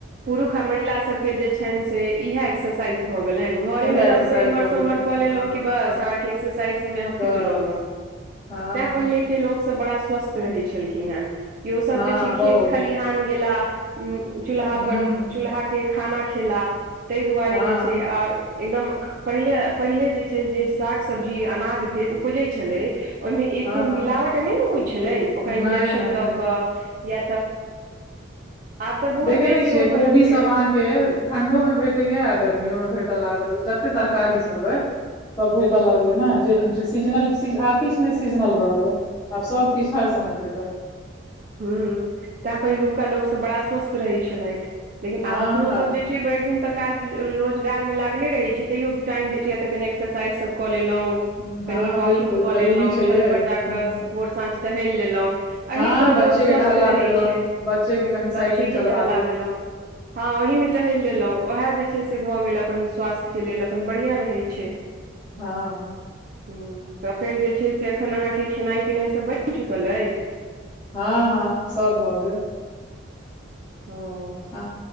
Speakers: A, on the right; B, on the left.
A: पुरुष आ महिला सबके जे छनि से इएहे एक्सरसाइज भऽ गेल घरे
B: तहिया
A: मे
B: एक्सरसाइज
A: दस बेर इम्हर
B: भऽ
A: से
B: गेलै
A: उम्हर कऽ लेलहुं
B: हँ
A: बस
B: हँ
A: अहाँके एक्सरसाइज मे अहाँ
B: बस
A: फिट रहलहु
B: हँ
A: तैं
B: हँ
A: पहिले के लोक सब बड़ा स्वस्थ रहै छलखिन हे कि ओसभ
B: हँ
A: जे छै
B: बहुत
A: खेत खलिहान गेला चूल्हा
B: हूँ
A: पर चूल्हाे खाना खेला ताहि दुआरे
B: हँ
A: जे छै आओर एकदम पहिले पहिले जे छै जे साग सब्जी अनाज भेल उपजै छलै ओहि में एतेक
B: हँ
A: मिलावट
B: हँ
A: नहि ने होइत छलै ओकरा
B: नहि
A: इंजेक्शन
B: नहि
A: दऽ कऽ या तऽ आब तऽ बहुत
B: देखय
A: बेसी
B: नहि छीये
A: होबऽ
B: कोबी
A: लगलैए
B: सभ आँहा के के ठंडो में भेटेया आ गर्मियो में भेटय लागल जते तरकारी सब अइ सब भेटऽ लगलै
A: हूँ
B: ने जे सीजनल आब किछ कि नहि सीजनल रहल ह आब सब किछ हर समय भेटत
A: हं तैं पहिलुका लोक सब बड़ा स्वस्थ रहै छलथि लेकिन
B: हँ
A: आब अपनो सब जे भरि दिन तऽ काज रोजगार में लागले रहे छी तैयो टाइम भेटया तऽ कनी एक्सरसाइज सब कऽ लेलों
B: ह
A: कनि
B: हँ
A: वकिंग
B: बिलकुल
A: कऽ
B: जरूरी
A: लेलहुँ
B: छै
A: छत
B: यै
A: पर जाकऽ
B: ह
A: भोर साँझ टहल लेलहुँ एहि
B: हँ
A: सँ लोकोग
B: बच्चे
A: स्वस्थ
B: के टहला
A: रहै
B: देलहुँ
A: छै
B: बच्चे के कनि साइकिल
A: बच्चेके
B: चलबा
A: टहला देलहुँ हँ ओहि में टहल लेलहुँ ओएह जे छै से भऽ गेल अपन स्वास्थ्यके लेल अपन बढ़िआँ रहैत छै
B: हँ
A: हँ तऽ फेर जे छै से एखन अहाँके खेनाइ पिनाइ सब बइन चुकल अइ
B: हँ हँ सब भऽ गेल
A: हं
B: हं